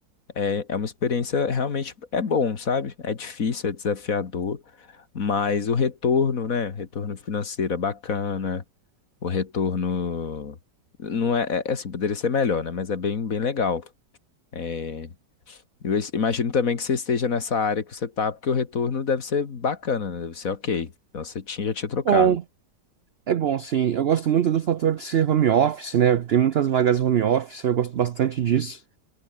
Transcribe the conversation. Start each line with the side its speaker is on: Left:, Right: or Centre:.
Left: É, é uma experiência realmente é bom, sabe? É difícil, é desafiador, mas o retorno, né? Retorno financeiro é bacana, o retorno não é, é é assim, poderia ser melhor, né? Mas é bem, bem legal. É, eu es- imagino também que você esteja nessa área que você tá, porque o retorno deve ser bacana, né? Deve ser ok. Então você tinha, já tinha trocado.
Right: Bom, é bom, sim. Eu gosto muito do fator de ser home office, né? Tem muitas vagas home office, eu gosto bastante disso.